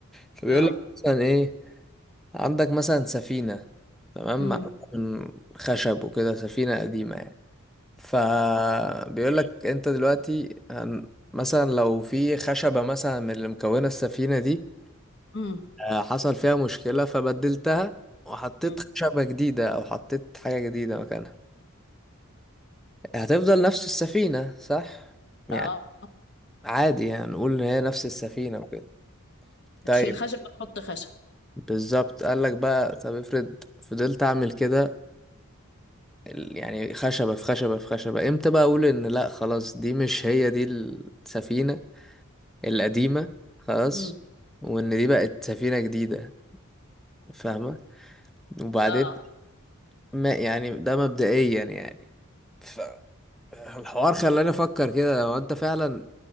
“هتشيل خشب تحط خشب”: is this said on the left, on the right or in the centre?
Left